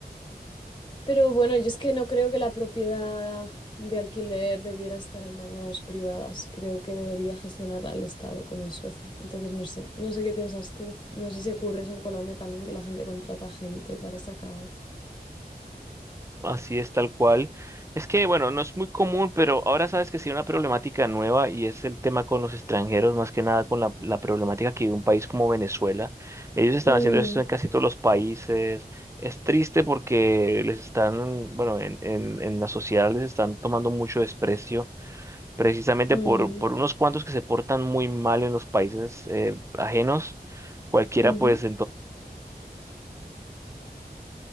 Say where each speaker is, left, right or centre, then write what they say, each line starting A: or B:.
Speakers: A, on the left; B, on the right.
A: Pero bueno, yo es que no creo que la propiedad de alquiler debiera estar en manos privadas. Creo que debería gestionarla el Estado, como en Suecia. Entonces, no sé, no sé qué piensas tú. No sé si ocurre eso en Colombia también, que la gente contrata gente para sacar.
B: Así es, tal cual. Es que, bueno, no es muy común, pero ahora sabes que sí hay una problemática nueva y es el tema con los extranjeros, más que nada con la, la problemática que vive un país como Venezuela. Ellos están
A: Mm,
B: haciendo esto en casi todos los países. Es triste porque les están, bueno, en, en, en la sociedad les están tomando mucho desprecio. precisamente
A: mm,
B: por, por unos cuantos que se portan muy mal en los países eh, ajenos. Cualquiera,
A: ujú,
B: pues